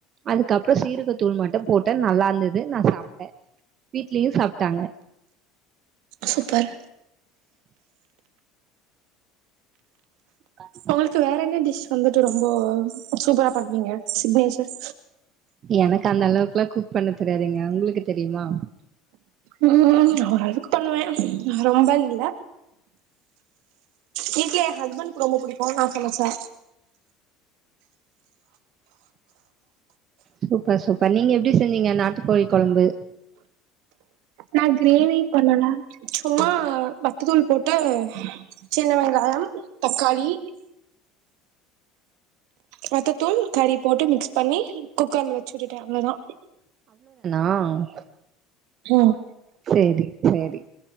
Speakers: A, on the right (about 45°); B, on the right (about 75°).
A: அதுக்கப்றம் சீரகத்தூள் மட்டும் போட்டேன் நல்லா இருந்தது நான் சாப்டன் வீட்லயே சாப்டாங்க
B: சூப்பர்
A: <inaudible>
B: உங்ளுக்கு வேற என்ன டிஷ் வந்துட்டு ரொம்ப சூப்பரா பண்ணுவீங்க சிங்னேச்சர்
A: எனக்கு அந்தளவுக்லா குக் பண்ண தெரியாதுங்க உங்ளுக்கு தெரியுமா
B: ம் நா ஓரளவுக்கு பண்ணுவே ரொம்ப இல்ல வீட்ல ஏன் ஹஸ்பண்க்கு ரொம்ப புடிக்கும் நான் சமச்சா
A: சூப்பர் சூப்பர் நீங்க எப்டி செஞ்சீங்க நாட்டுக்கோழி கொழம்பு
B: நான் கிரேவி பண்ணலாம் சும்மா பத்ததூள் போட்டு சின்ன வெங்காயம் தக்காளி பெத்தத்தூள் கறி போட்டு மிக்ஸ் பண்ணி குக்கர்ல வெச்சு விட்டுடேன் அவ்ளோதான்
A: ஆ
B: ம்
A: சேரி சேரி